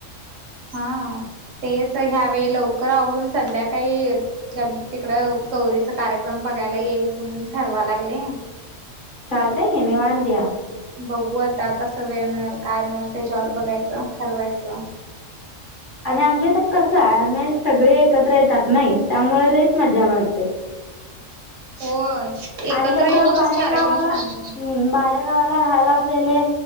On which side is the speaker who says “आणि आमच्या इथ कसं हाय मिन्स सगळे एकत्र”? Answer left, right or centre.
Left